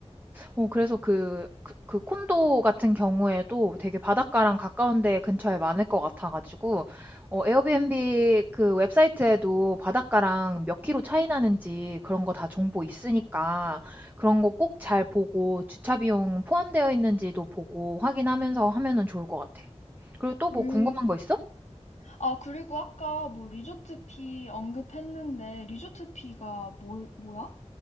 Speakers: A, on the right; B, on the left.
A: 어, 그래서 그, 그, 그 콘도 같은 경우에도 되게 바닷가랑 가까운 데 근처에 많을 것 같아가지고, 어, 에어비앤비 그 웹사이트에도 바닷가랑 몇 킬로 차이 나는지 그런 거 다 정보 있으니까 그런 거 꼭 잘 보고 주차 비용 포함되어 있는지도 보고 확인하면서 하면은 좋을 것 같아. 그리고 또
B: 음,
A: 뭐 궁금한 거 있어?
B: 아, 그리고 아까 뭐 리조트 피 언급했는데 리조트 피가 뭐, 뭐야?